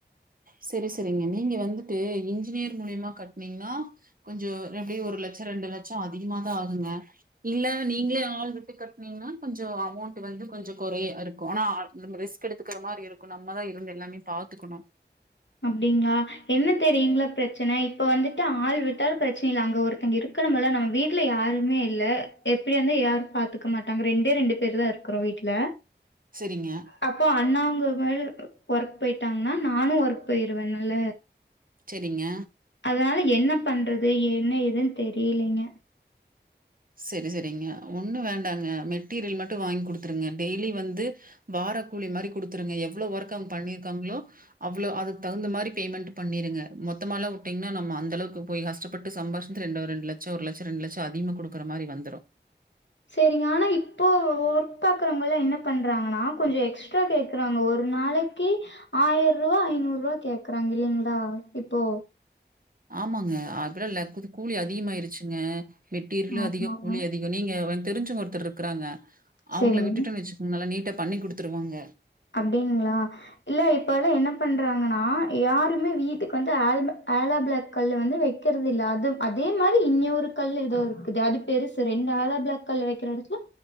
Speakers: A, on the right; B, on the left.
A: செரி செரிங்க நீங்க வந்துட்டு இன்ஜினியர் மூலியமா கட்னீங்ன்னா கொஞ்சோ எப்டி ஒரு லட்ச ரெண்டு லட்ச அதிகமா தா ஆகுங்க இல்ல நீங்களே ஆள் விட்டு கட்னீங்கன்னா கொஞ்சோ அமௌண்ட் வந்து கொஞ்சோ கொறைய இருக்கோ ஆனா ரிஸ்க் எடுத்துக்கிற மாரி இருக்கு நம்மதா இருந்து எல்லாமே பாத்துக்குணு
B: அப்டிங்ளா என்ன தெரியுங்களா பிரச்ச ன் இப்ப வந்துட்டு ஆள் விட்டாலு பிரச்சன இல்ல அங்க ஒருத்த இருக்கனும்ல நம்ம வீட்ல யாருமே இல்ல எப்படி வந்து யாரு பாத்துக்க மாட்டாங்க ரெண்டே ரெண்டு பேர் தா இருக்குறோ வீட் ல
A: சரிங்க,
B: அப்போ அண்ணாங் <unintelligible> ஒர்க் போய்ட்டாங்கன்னா நானு ஒர்க் போயிருவேனால
A: செரிங்க
B: அதனால எ ன்ன பண்றது என்ன எதுனு தெரிலேங்க
A: செரி செரிங்க ஒண்ணு வேண்டாங்க மெட்டீர்யல் மட்டு வாங்கி குடுத்துருங்க டெய்லி வந்து வார கூலி மாரி குடுத்துருங்க எவ்ளோ ஒர்க் அவுங் பண்ணிருக்காங்களோ அவ்ளோ அதுக்தகுந்த மாரி பேமெண்ட் பண்ணிருங்க மொத்தமால்லா வுட்டீங்ன்னா நம்ம அந்த அளவுக்கு போய் கஷ்டப்பட்டு சம்பாஷி ரெண்ட ரெண்டு லட்ச ஒரு லட்ச ரெண்டு லட்ச அதிகமா கொடுக் க்குற மாரி வந்துரு
B: செரிங்க ஆனா இப்போ ஒர்க் பாக்குறவங்கல்ல என்ன பண்றாங்கன்னா கொஞ்சோ எக்ஸ்ட்ரா கேக்குறாங்க ஒரு நாளைக்கு ஆயிர ரூபா ஐநூறு ரூவா கேக்குறாங்க இல்லலைங்களா இப்போ
A: ஆமாங்க. அப்பலாம் ல கூ கூலி அதிகமாயிருச்சுங்க மெட்டரியளு
B: ஆமாங்க.
A: அதிக கூலி அதிக நீங்க தெரிஞ்சங் ஒருத்தர் இருக்கறாங்க
B: சரிங்க.
A: அவங்கள விட்டுட்டு வச்சுக்கோங்க நல்லா நீட்டா பண்ணி குடுத்துருவாங்க
B: அப்படிங்களா இல்ல இப்பல்லா என்ன பண்றாங்கன்னா யாருமே வீட்டுக்கு வந்து ஆல் ப ஆலோ பிளாக் கல்லு வந்து வக்குறது இல்ல அது அதே மாரி இன்னொரு கல் ஏதோ இருக்குது அது பெருசு ரெண்டு ஆலா பிளாக் கல் வைக்கிற இடத்துல